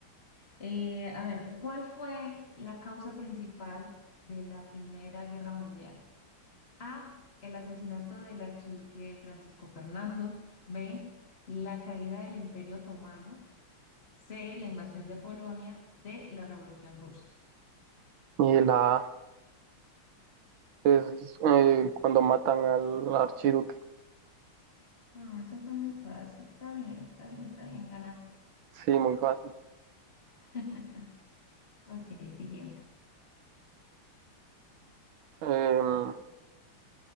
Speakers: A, on the left (about 30°); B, on the right (about 75°).
A: Eh, a ver, ¿cuál fue la causa principal de la Primera Guerra Mundial? A, el asesinato del archiduque Francisco Fernando. B, la caída del Imperio Otomano. C, la invasión de Polonia. D, la Revolución Rusa.
B: Y la A es eh,
A: Bu-
B: cuando matan al archiduque.
A: Ah, eso fue muy fácil. Está bien, está bien, está bien, ganaste.
B: Sí, muy fácil.
A: <laughs> Ok, siguiente.
B: Em,